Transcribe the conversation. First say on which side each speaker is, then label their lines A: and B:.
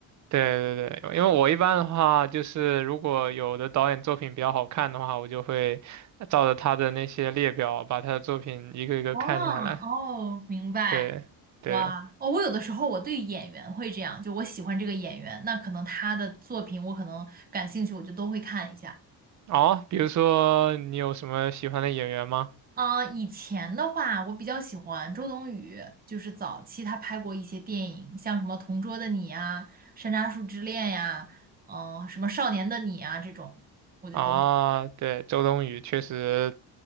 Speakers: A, on the right (about 45°); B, on the right (about 20°).
A: 对对对，因为我一般的话，就是如果有的导演作品比较好看的话，我就会照着他的那些列表，把他的作品一个一个看下来。
B: 哇哦，明白。
A: 对对，
B: 哇哦，我有的时候我对演员会这样，就我喜欢这个演员，那可能他的作品我可能感兴趣，我就都会看一下。
A: 哦，比如说你有什么喜欢的演员吗？
B: 啊、以前的话，我比较喜欢周冬雨，就是早期她拍过一些电影，像什么《同桌的你》呀，《山楂树之恋》呀，嗯、什么《少年的你》啊这种，我就都
A: 啊，对，周冬雨确实，